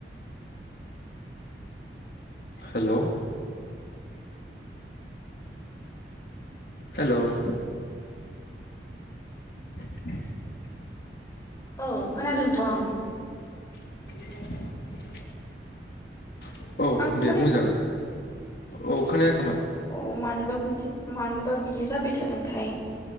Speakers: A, on the left (about 55°); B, on the left (about 20°).
A: हेल हेलोव <inaudible>
B: औ खोनादोंथ आं
A: <inaudible> औ
B: आंखौ
A: दे बुंजागोन औ खोनाया
B: औ मानोबा बिदि मानोबा बिदि जाबाय थादोंथाय